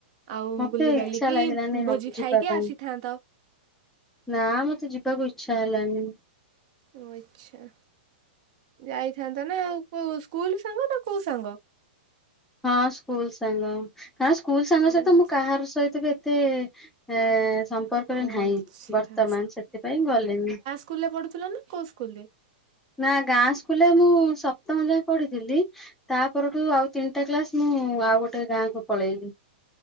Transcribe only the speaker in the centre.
ମତେ
ଇଚ୍ଛା
ଲାଗିଲାନି ହବ
ଯିବା
ପାଇଁ
ନା ମତେ ଯିବାକୁ ଇଚ୍ଛା ହେଲାନି।
ହଁ ସ୍କୁଲ ସାଙ୍ଗ କାରଣ ସ୍କୁଲ ସାଙ୍ଗ
ସହିତ
ମୁଁ କାହାର ସହିତ ବି ଏତେ ଏ ସମ୍ପର୍କରେ
ନାହିଁ
ବର୍ତ୍ତମାନ ସେଥିପାଇଁ ଗଲିନି।
ନା ଗାଁ ସ୍କୁଲରେ ମୁଁ ସପ୍ତମ ଯାଏଁ ପଢିଥିଲି। ତା ପରଠୁ ଆଉ ତିନିଟା କ୍ଲାସ ମୁଁ ଆଉ ଗୋଟେ ଗାଁ କୁ ପଳେଇଲି।